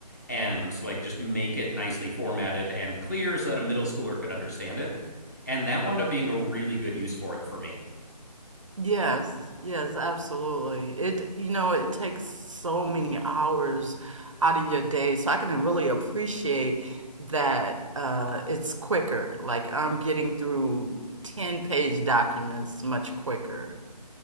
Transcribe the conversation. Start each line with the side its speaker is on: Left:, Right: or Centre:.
Left: and like just make it nicely formatted and clear so that a middle schooler could understand it. And that wound up being a really good use for it for me.
Right: Yes, yes, absolutely. It, you know, it takes so many hours out of your day. So I can really appreciate that uh it's quicker. Like I'm getting through 10 page documents much quicker.